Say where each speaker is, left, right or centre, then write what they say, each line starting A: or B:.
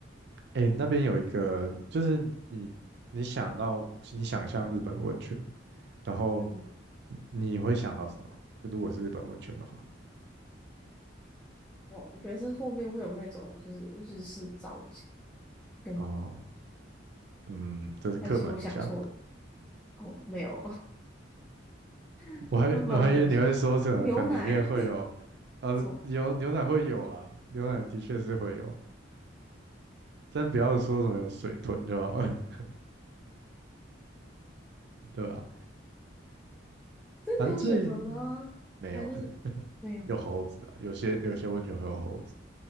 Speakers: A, on the right; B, in the centre.
A: 哎、那边有一个，就是你你想到你想象日本温泉，然后
B: 嗯，
A: 你会想到什么？就如果是日本温泉的话，
B: 哇，我觉得是后面会有那种就是日式造景，有吗？
A: 哦，嗯，这是刻板印象。
B: 还是我想错了？哦，没有，<laughs>
A: 我还我还以为你会说什么，
B: 那不然会有什么牛奶？
A: 可能里面会有，
B: <laughs>
A: 呃，
B: 错，
A: 有牛奶会有啦，牛奶的确是会有，但不要说什么有水豚对吧？了。<laughs> 对啊，
B: 真的有水豚吗？
A: 反正最没有
B: 还是没有？
A: 有猴子啊，有些有些温泉会有猴子。